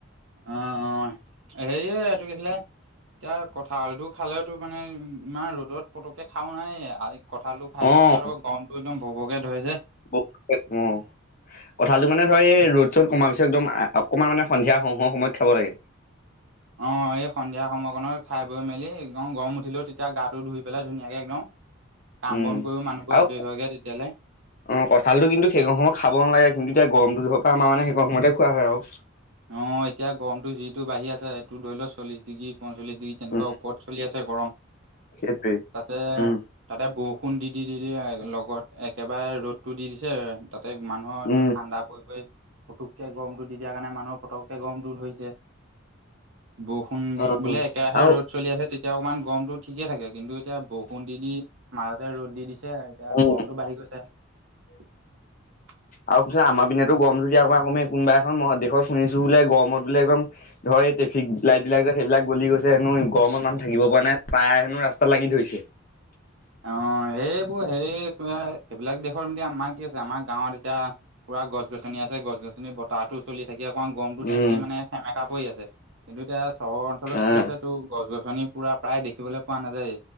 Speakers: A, on the right; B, on the left.
A: অ অ এয়ে এইটো কি আছিলে? এতিয়া কঁঠাল এইটো খালেওতো মানে ইমান ৰ'দত পতককে খাও নাই <unintelligible> কঁঠালটো খাই দিয়াৰ
B: অ'।
A: পিছত আকৌ গৰমটো একদম ভৌ ভৌকে ধৰে যে।
B: অ' কঁঠালটো মানে ধৰ এই ৰ'দ চ'দ কমাৰ পিছত একদম অকণমান মানে সন্ধিয়া হ'ও হ'ও সময়ত খাব লাগে।
A: অ এই সন্ধিয়া সময়কণত খাই বৈ মেলি একদম গৰম উঠিলেও তেতিয়া গাটো ধুই পেলাই ধুনীয়াকে একদম, কাম
B: উম,
A: বন কৰিও মানুহবোৰ
B: আৰু
A: আজৰি হয়গে তেতিয়ালে।
B: অ কঁঠালটো কিন্তু সেইকণ সময়ত খাব নালাগে কিন্তু এতিয়া গৰমটো ধৰপা আমাৰ মানে সেইকণ সময়তে খোৱা হয় আৰু।
A: অ এতিয়া গৰমটো যিটো বাঢ়ি আছে তোৰ ধৰি ল চল্লিছ ডিগ্ৰী পঞ্চল্লিছ ডিগ্ৰী তেনেকুৱা
B: উম,
A: ওপৰত চলি আছে গৰম। <inaudible>
B: সেইটোৱে।
A: তাতে
B: উম।
A: তাতে বৰষুণ দি দি দি লগত একেবাৰে ৰ'দটো দি দিছে তাতে মানুহৰ একদম
B: উম,
A: ঠাণ্ডা পৰি পৰি পুতুককে গৰমটো দি দিয়াৰ কাৰণে মানুহক পতকে গৰমটো ধৰিছে। বৰষুণ
B: অ'
A: বোলে একেৰাহে
B: আৰু
A: ৰ'দ চলি আছে তেতিয়া অকণমান গৰমটো ঠিকে থাকে কিন্তু এতিয়া বৰষুণ দি দি মাজতে ৰ'দ দি দিছে এতিয়া
B: উম,
A: গৰমতো বাঢ়ি গৈছে। <unintelligible>
B: আৰু পিছত আমাৰপিনেটো গৰম যদি অকমান কমে কোনোবা এখন দেশত শুনিছো বোলে গৰমত বোলে একদম ধৰ এই ট্ৰেফিক লাইটবিলাক যে সেইবিলাক গলি গৈছে হেনো গৰমত মানুহ থাকিব পৰা নাই টায়াৰ হেনো ৰাস্তাত লাগি ধৰিছে।
A: অ এইেবোৰ হেই সেইবিলাক দেশৰ ম আমাৰ কি আছে আমাৰ গাঁৱত এতিয়া পুৰা গছ গছনি আছে গছ গছনি বতাহটো চলি থাকে অকণ গৰমতো
B: উম,
A: তেনেকে মানে সেমেকা পৰি আছে কিন্তু এতিয়া চহৰ অঞ্চলত
B: আহ,
A: কি হৈছে টো গছ গছনি পুৰা প্ৰায় দেখিবলৈ পোৱা নাযায়,